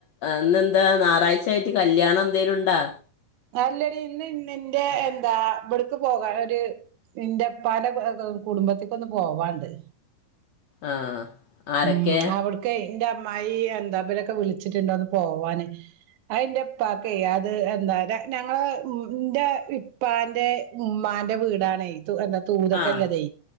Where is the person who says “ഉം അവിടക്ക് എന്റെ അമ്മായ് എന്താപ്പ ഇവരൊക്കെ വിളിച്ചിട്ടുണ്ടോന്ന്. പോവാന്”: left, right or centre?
Right